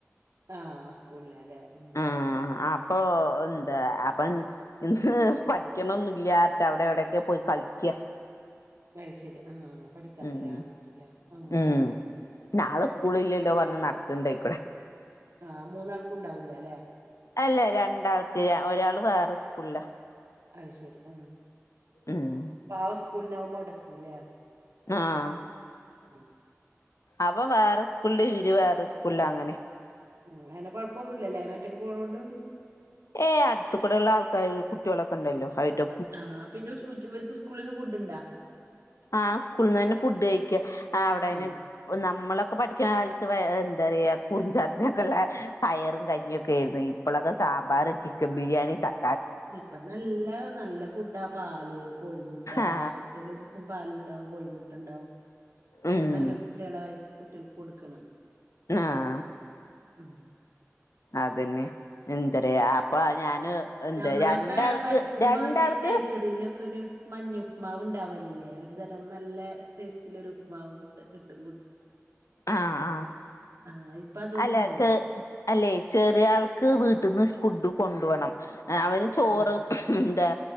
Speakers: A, on the right (about 70°); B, on the left (about 85°).
A: ആഹ്, സ്കൂളില്ലല്ലേ. ഉം
B: ആഹ്, അ ആ അപ്പം എന്താ അപ്പം എ ഇന്ന് പഠിക്ക്ണൊന്നില്ലാത്ത അവിടെ എവിടെക്കൊ പോയി കളിക്ക്യാ
A: അത് ശരി ആഹ് പഠിക്കാനില്ലാ
B: ഉം,
A: പറഞ്ഞിട്ടില്ലേ ആഹ്
B: ഉം. നാളെ
A: ഉം
B: സ്കൂളില്ലല്ലോ പറഞ്ഞ് നടക്ണ്ടയ്ക്കൂടെ
A: ആഹ്, മൂന്നാൾക്കുംണ്ടാവൂലല്ലേ
B: അല്ല, രണ്ടാൾക്ക് ഒരാള് വേറെ സ്കൂൾലാ
A: അത് ശരി ആ,
B: ഉം
A: പ്പ ആസ്കൂൾ നാവും മൊടക്ക് ല്ലേ
B: ആഹ്
A: <unintelligible>
B: അവൻ വേറെ സ്കൂൾല്, ഇവര്‌ വേറെ സ്കൂൾല് അങ്ങനെ
A: ഉം, അങ്ങനെ കൊഴപ്പൊന്നുംല്ലല്ലേ അവന് ഒറ്റയ്ക്ക് പോണോണ്ട്
B: ഏ അട്ത്ത് കൂടെയുള്ള ആൾക്കാര് കുട്ടിയളൊക്കെ ഉണ്ടല്ലോ. അവരുടെ
A: ആഹ്, പിന്നെ ഉ ഉച് ഇവര്ക്ക് സ്കൂളിന്ന് ഫുഡ് ഉണ്ടോ?
B: ആഹ്, സ്കൂൾന്ന് തന്നെ ഫുഡ് കഴിക്ക. ആ അവിടേന്
A: ആഹ്
B: നമ്മളൊക്കെ പഠിക്ക്ണ കാലത്ത് എന്താ പറയ, കുറിഞ്ചാത്തനൊക്കെ ഉള്ള പയറും കഞ്ഞിയും ഒക്കെ ആയിരുന്നു. ഇ ഇപ്പളക്കെ സാമ്പാറ്, ചിക്കൻ ബിരിയാണി, ത-
A: ഇപ്പൊ നല്ല നല്ല ഫുഡാ, പാല്, കോഴിമുട്ട
B: ആ
A: ആഴ്ച്ചയിൽ ഒരു ദിവസം പാലുണ്ടാവും കോഴിമുട്ട ഉണ്ടാവും ഇപ്പം
B: ഉം
A: നല്ല ഫുഡ്കളാ ഈ കുട്ടിയൾക്ക് കൊടുക്ക്ണേ
B: ആഹ്
A: <unintelligible>
B: അതെന്നെ, എന്ത്റയാ അപ്പൊ അയ് ഞാന് എന്താ
A: ഞമ്മളൊക്കെ
B: രണ്ടാൾക്ക്
A: പഠിക്കുമ്പം
B: രണ്ടാൾക്ക്
A: ന നഴ്സറിയിലൊക്കൊരു മഞ്ഞ ഉപ്പ്മാവ് ഉണ്ടാവലില്ലേ, ഒരു തരം നല്ല ടേസ്റ്റുള്ള ഒരു ഉപ്പുമാവ് കിട്ട കിട്ടും
B: ആഹ്
A: ആഹ് അതൊന്നുല്ല
B: അല്ല ചെ അല്ലെ ചെറിയ ആൾക്ക് വീട്ടിൽന്ന് ഫുഡ് കൊണ്ടോണം. അവന് ചോറ്,
A: ഉം
B: <unintelligible> എന്താ